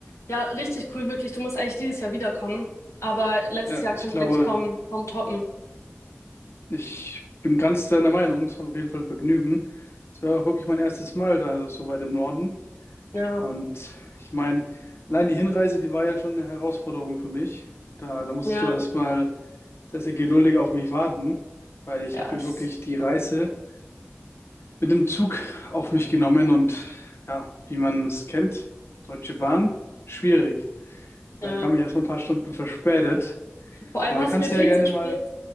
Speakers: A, on the left (about 80°); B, on the left (about 60°).
A: Ja, richtig cool, wirklich. Du musst eigentlich dieses Jahr wiederkommen, aber letztes
B: Ja,
A: Jahr
B: ich
A: können
B: glaube,
A: wir eigentlich kaum, kaum toppen.
B: ich bin ganz deiner Meinung. Es war auf jeden Fall ein Vergnügen. Es war auch wirklich mein erstes Mal da so weit im Norden.
A: Ja,
B: Und ich meine, allein die Hinreise, die war ja schon eine Herausforderung für mich. Da, da musstest
A: ja,
B: du erstmal sehr, sehr geduldig auf mich warten, weil ich
A: ja,
B: habe
A: es,
B: mir wirklich die Reise mit dem Zug auf mich genommen und ja, wie man es kennt, Deutsche Bahn, schwierig.
A: ja.
B: Da kam ich erst mal ein paar Stunden verspätet.
A: Vor allem
B: Aber
A: hast
B: da kannst
A: du mir viel
B: du ja gerne
A: zu spät,
B: mal,